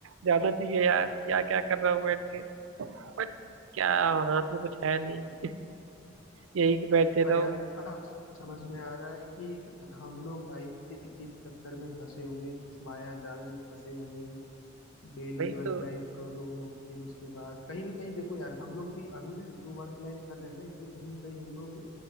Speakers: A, on the right; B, on the left.
A: जाना चाहिए यार या क्या कर रहा हूँ बैठ के बट क्या हाथ में कुछ है नहीं यही कि बैठे
B: पर
A: रहो
B: यार आप समझ में आ रहा है कि हम लोग लाइफ के किस चक्कर में फंसे हुए हैं, किस माया जाल में फंसे हुए हैं डेली
A: वही
B: वर्क
A: तो
B: लाइफ करो फिर उसके बाद कहीं ना कहीं देखो यार हम लोग भी अभी ना जो वर्क लाइफ कर रहे हैं ना इसमें कहीं ना कहीं हम लोग